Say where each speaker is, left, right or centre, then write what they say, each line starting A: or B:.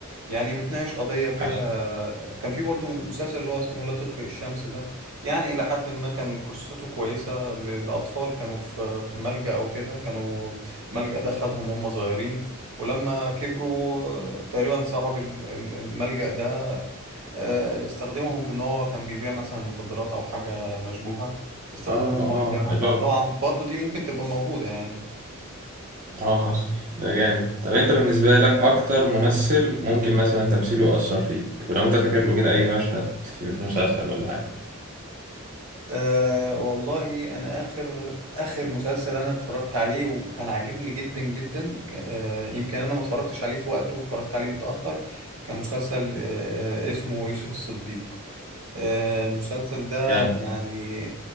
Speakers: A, on the right (about 70°); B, on the right (about 35°).
A: يعني بتناقش قضية كده
B: حصل
A: كان في برضو مسلسل اللي هو اسمه لا تطفئ الشمس ده يعني إلى حد ما كان قصته كويسة ل- لأطفال كانوا في في ملجأ أو كده كانوا ملجأ ده خدهم هم صغيرين ولما كبروا تقريبا صاحب ال- ال- الملجأ ده آه، استخدمهم في إن هو كان بيبيع مثلا مخدرات أو حاجة مشبوهة استخدمهم
B: آه
A: إن
B: آه
A: هو يبيعها فطبعا
B: اللي هو
A: برضو دي ممكن تبقى موجودة يعني
B: آه حصل ده جامد طب أنت بالنسبة لك أكتر ممثل ممكن مثلا تمثيله يأثر فيك ولو أنت فاكر له كده أي مشهد في في مسلسل ولا حاجة
A: أه والله انا اخر اخر مسلسل انا اتفرجت عليه وكان عاجبني جدا جدا ك- أه يمكن انا ما اتفرجتش عليه في وقته واتفرجت عليه متأخر كان مسلسل أه آه، اسمه يوسف الصديق أه المسلسل ده
B: جامد.
A: يعني